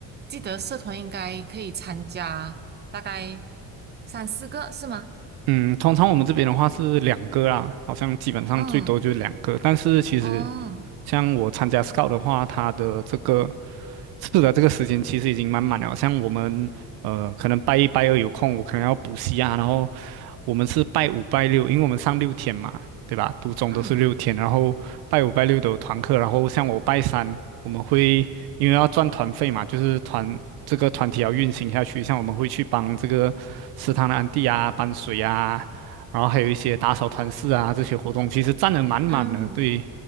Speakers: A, on the right; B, on the right.
A: 记得社团应该可以参加大概三四个，是吗？
B: 嗯，通常我们这边的话是两个啦，好像基本上最多就是两个。
A: 嗯，
B: 但是其实
A: 哦，
B: 像我参加 Scout 的话，它的这个是的这个时间其实已经满满了。像我们呃，可能拜一拜二有空，我可能要补习啊，然后我们是拜五拜六，因为我们上六天嘛，对吧？读中都是六天，
A: 嗯
B: 然后拜五拜六的团课，然后像我拜三，我们会因为要赚团费嘛，就是团这个团体要运行下去，像我们会去帮这个食堂的安地啊搬水啊，然后还有一些打扫团室啊这些活动，其实占的满满的，
A: 嗯
B: 对，